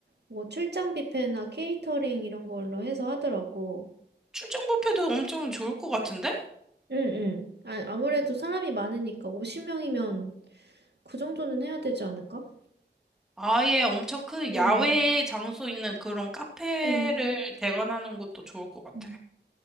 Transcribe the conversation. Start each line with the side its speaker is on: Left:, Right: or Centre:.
Right: 뭐, 출장 뷔페나 케이터링 이런 걸로 해서 하더라고.
Centre: 출장 뷔페도 엄청 좋을 것 같은데?
Right: 응, 응. 아, 아무래도 사람이 많으니까 50명이면 그 정도는 해야 되지 않을까?
Centre: 아예 엄청 큰
Right: 응,
Centre: 야외 장소 있는 그런 카페를
Right: 응.
Centre: 대관하는 것도 좋을 것 같아.
Right: 응